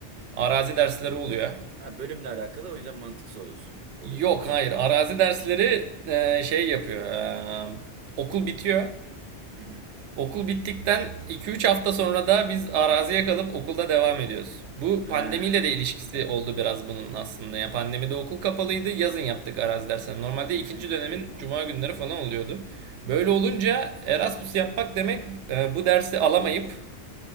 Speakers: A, on the right; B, on the right.
A: arazi dersleri oluyor.
B: Ha, bölümle alakalı o yüzden mantıksız oluyorsun. Oluyordu
A: Yok
B: diyorsun.
A: hayır arazi dersleri
B: Hı
A: eee, şey yapıyor. Eee, okul bitiyor.
B: hı. hı.
A: Okul bittikten 2-3 hafta sonra da biz araziye kalıp okulda devam ediyoruz. Bu
B: Ha.
A: pandemiyle de ilişkisi oldu biraz bunun aslında. Yani pandemide okul kapalıydı, yazın yaptık arazi derslerini.
B: Hı
A: Normalde
B: hı.
A: ikinci dönemin cuma günleri falan oluyordu. Böyle olunca Erasmus yapmak demek e, bu dersi alamayıp